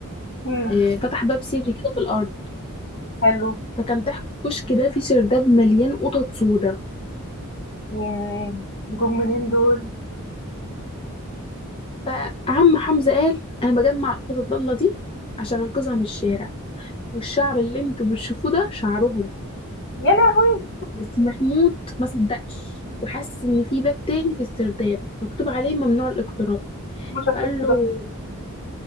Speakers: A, on the left; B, on the left.
A: إمم،
B: آه، فتح باب سري كده في الأرض
A: حلو،
B: فكان تحت الكشك ده في سرداب مليان قطط سودا
A: ياه! جُم منين دول؟
B: فعم حمزة قال أنا بجمع القطط الضالة دي عشان أنقذها من الشارع والشعر اللي انتوا بتشوفوه ده شعرهم
A: يا لهوي!
B: بس محمود ما صدقش وحس إن في باب تاني في السرداب مكتوب عليه ممنوع الاقتراب
A: هُم شافوه
B: فقال
A: كده،
B: له